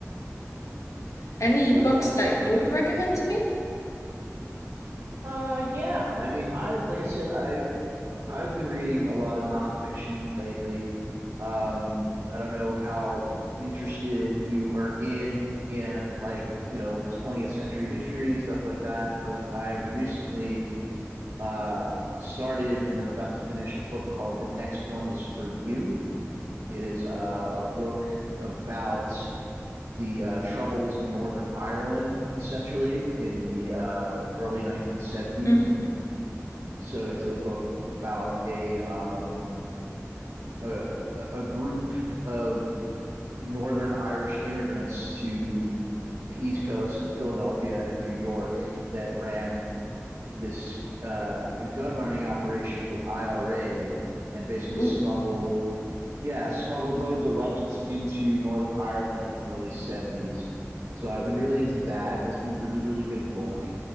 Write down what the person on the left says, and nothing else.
Any
books
that you would recommend to me?
hmm
Ooh,